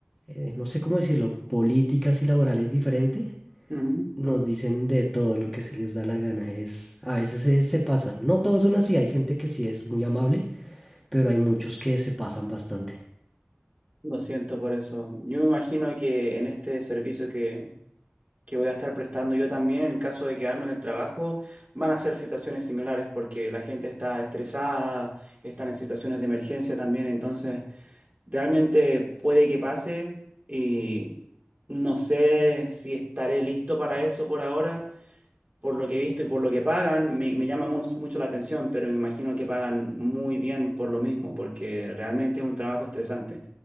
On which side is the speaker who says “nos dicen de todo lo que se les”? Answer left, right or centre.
Centre